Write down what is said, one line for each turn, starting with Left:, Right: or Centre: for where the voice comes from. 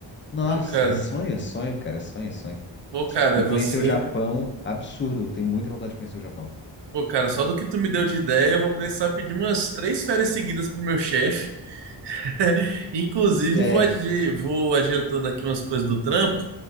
Left: Nossa,
Right: Pô, cara,
Left: é sonho, é sonho, cara, é sonho, é sonho.
Right: pô, cara,
Left: E
Right: você.
Left: conhecer o Japão, absurdo, eu tenho muita vontade de conhecer o Japão.
Right: Pô, cara, só do que tu me deu de ideia, eu vou precisar pedir umas três férias seguidas pro meu chefe. <laughs> Inclusive,
Left: É,
Right: vou, adi- vou adiantando aqui umas coisas do trampo.